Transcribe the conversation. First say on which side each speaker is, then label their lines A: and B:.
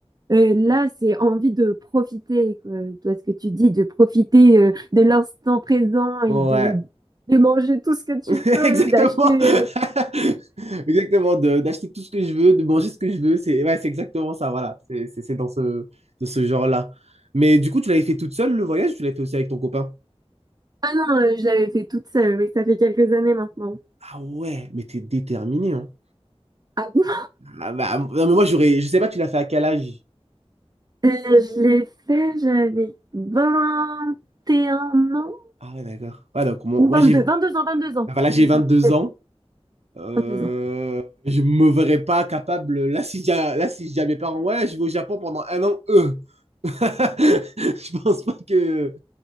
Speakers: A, on the right (about 35°); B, on the right (about 75°).
A: euh, là, c'est envie de profiter, quoi. Toi, ce que tu dis, de profiter euh, de l'instant présent et
B: Ouais.
A: de, de manger tout ce que tu
B: <laughs>
A: peux,
B: Exactement.
A: d'acheter.
B: <laughs>
A: euh,
B: Exactement. de- D'acheter tout ce que je veux, de manger ce que je veux. C'est ouais, c'est exactement ça. Voilà. C'est c'est- c'est dans ce, de ce genre-là. Mais du coup, tu l'avais fait toute seule le voyage ou tu l'avais fait aussi avec ton copain?
A: Ah non, euh, je l'avais fait toute seule, mais ça fait quelques années maintenant.
B: Ah ouais, mais t'es déterminé, hein.
A: Ah bon?
B: Ah bah, non, mais moi, j'aurais. Je sais pas, tu l'as fait à quel âge?
A: Euh, je l'ai fait, j'avais vingt et un ans.
B: Ah ouais, d'accord. Ouais, donc, mon-
A: Ou
B: moi,
A: vingt
B: j'ai.
A: deux. Vingt deux ans, Vingt deux ans.
B: Enfin, là,
A: Je
B: j'ai
A: sortais
B: 22 ans. Euh,
A: de deux ans.
B: je me verrais pas capable. Là, si j'ai là, si j'ai à mes parents, ouais, je vais au Japon pendant un an, eux. <laughs> Je pense pas que.